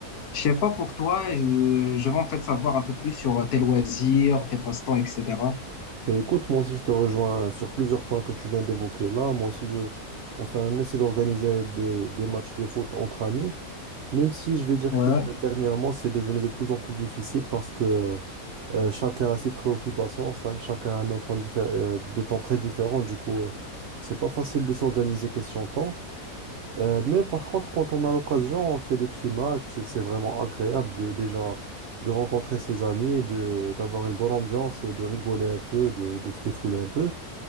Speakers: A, on the left; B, on the right.
A: Je sais pas pour toi, euh, je veux en fait savoir un peu plus sur tes loisirs, tes passe-temps, etc.
B: Ben, écoute, moi aussi je te rejoins sur plusieurs points que tu viens d'évoquer là. Moi aussi je, enfin, on essaie d'organiser des, des matchs de foot entre amis, même si je vais dire
A: Ouais,
B: que dernièrement c'est devenu de plus en plus difficile parce que euh, chacun a ses préoccupations, ça- chacun a un emploi diffé- euh, de temps très différent. Du coup, euh, c'est pas facile de s'organiser question temps. Euh, mais par contre, quand on a l'occasion, on fait des petits matchs et c'est vraiment agréable de déjà de rencontrer ses amis, de d'avoir une bonne ambiance et de rigoler un peu, de, de se défouler un peu.